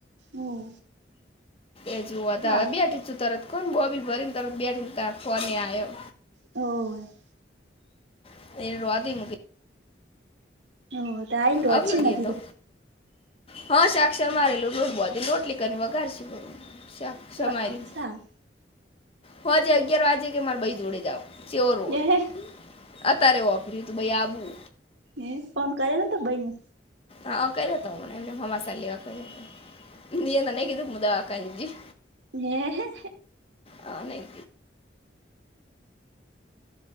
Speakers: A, on the right; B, on the left.
A: હોવે
B: એજુ વધાવે
A: સાલ
B: બેઠી છું તરત કોન બોબીલ ભરી તરત બેઠીન તા ફોને આયો.
A: હો.
B: <unintelligible>
A: હો, તો આઈન તું
B: આવશું
A: અછી <unintelligible>
B: દે તો હા શાક સમારેલું, લોટ ગોંદી રોટલી કરીન, વઘારશું પહીં. ચા ચમારી
A: હ સાલ
B: હોજ અગિયાર વાજે કે મારે ભઈ જોડે જાવ. ચ્યોરું હોય,
A: એ હે
B: અત્યારે <unintelligible>
A: ઈ ફોન કરેલો હતો ભઈને.
B: અહં કર્યો તો એમને હમાસાલી કર્યો, <unintelligible> હું દવાખાને જઈ.
A: <inaudible>
B: અહ નઈ.